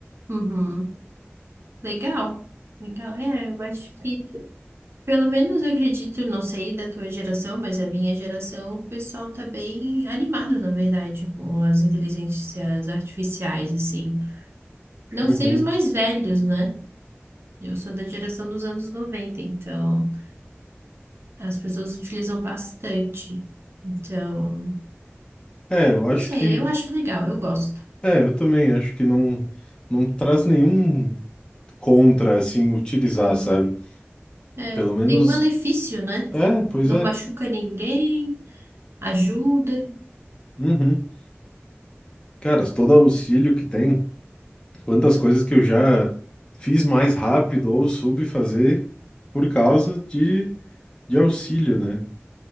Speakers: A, on the right (about 65°); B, on the left (about 20°).
A: uhum. Legal, legal. É, eu acho que Pelo menos eu acredito, não sei da tua geração, mas a minha geração, o pessoal tá bem animado, na verdade, com as inteligências artificiais, assim. Não
B: Uhum.
A: sei os mais velhos, né? Eu sou da geração dos anos noventa, então as pessoas utilizam bastante. Então,
B: É, eu acho
A: não sei,
B: que.
A: eu acho legal, eu gosto.
B: É, eu também acho que não, não traz nenhum contra, assim, utilizar,
A: Uhum.
B: sabe?
A: É,
B: Pelo menos.
A: nenhum malefício, né?
B: É, pois
A: Não
B: é.
A: machuca ninguém, ajuda.
B: Uhum. Cara, todo auxílio que tem, quantas coisas que eu já fiz mais rápido ou soube fazer por causa de, de auxílio, né?